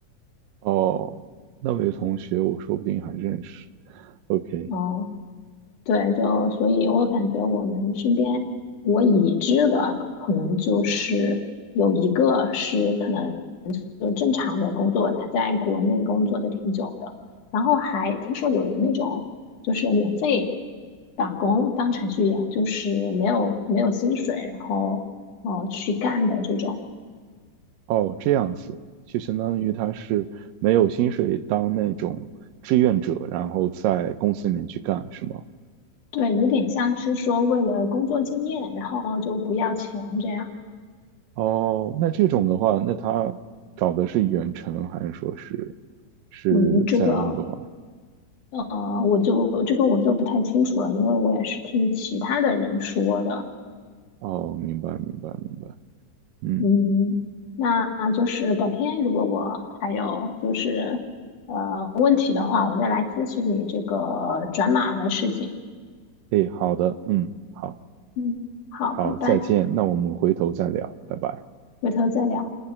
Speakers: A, on the right; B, on the left.
A: 哦，那位同学，我说不定还认识。OK，
B: 哦。对，就所以，我感觉我们身边我已知的可能就是有一个是可能就正常的工作，他在国内工作的挺久的，然后还听说有人那种就是免费打工当程序员，就是没有没有薪水，然后哦呃去干的这种，
A: 哦，这样子，就相当于他是没有薪水当那种志愿者，然后在公司里面去干，是吗？
B: 对，有点像是说为了工作经验，然后就不要钱这样，
A: 哦，那这种的话，那他找的是远程还是说是是在温哥华？
B: 嗯，这个。呃，我就这个我就不太清楚了，因为我也是听其他的人说的。
A: 哦，明白明白明白，嗯，
B: 嗯，那就是改天如果我还有就是问题的话，我再来咨询你这个转码的事情。
A: 诶，好的，嗯，好，
B: 嗯，好，
A: 好，
B: 拜拜，
A: 再见，那我们回头再聊，拜拜。
B: 回头再聊。